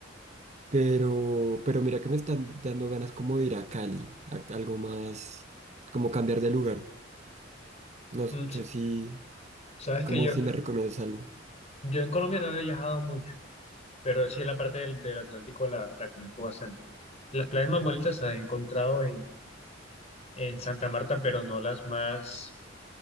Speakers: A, on the right; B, on the left.
A: pero, pero mira que me están dando ganas como de ir a Cali, a algo más, como cambiar de lugar. No
B: Mm,
A: sé
B: s-
A: si,
B: Sabes
A: como
B: que yo,
A: si me recomiendas algo.
B: yo en Colombia no había viajado mucho, pero sí en la parte del, del Atlántico la, la conozco bastante. Las playas más bonitas las he encontrado en, en Santa Marta, pero no las más,